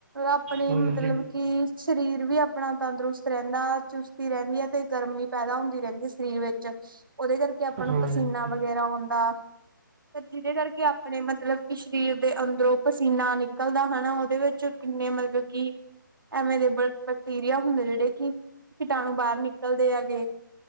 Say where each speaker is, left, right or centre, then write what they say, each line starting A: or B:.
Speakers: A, on the right; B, on the right.
A: ਆਪਣੇ
B: ਹਾਂਜੀ
A: ਮਤਲਬ ਕਿ ਸਰੀਰ ਵੀ ਆਪਣਾ ਤੰਦਰੁਸਤ ਰੈਂਦਾ ਚੁਸਤੀ ਰੈਂਦੀ ਐ, ਤੇ ਗਰਮੀ ਪੈਦਾ ਹੁੰਦੀ ਰੈਦੀ ਏ ਸਰੀਰ ਵਿੱਚ, ਉਦੇ ਕਰਕੇ ਆਪਾਂ ਨੂੰ
B: ਹਾਂਜੀ
A: ਪਸੀਨਾ
B: ਹਾਂਜੀ
A: ਵਗੈਰਾ ਆਂੳਦਾ। ਜੇਦੇ ਕਰਕੇ ਆਪਣੇ ਮਤਲਬ, ਕਿ ਸਰੀਰ ਦੇ ਅੰਦਰੋਂ ਪਸੀਨਾ ਨਿਕਲਦਾ ਹਨਾ ਉਦੇ ਵਿੱਚ ਕਿੰਨੇ ਮਤਲਬ ਕਿ ਐਵੇਲੇਬਲ ਬੈਕਟੀਰੀਆ ਹੁੰਦਾ ਜੇੜੇ ਕਿ ਕੀਟਾਣੂ ਬਾਰ ਨਿਕਲਦੇ ਹੈਗੇ।